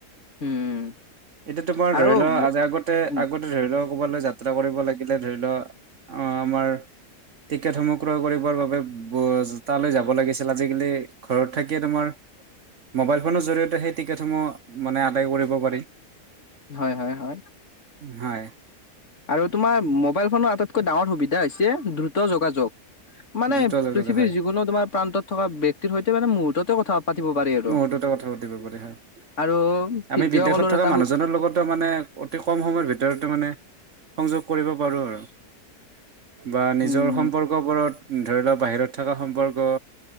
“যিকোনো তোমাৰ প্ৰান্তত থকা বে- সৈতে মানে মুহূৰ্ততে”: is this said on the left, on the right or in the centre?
Left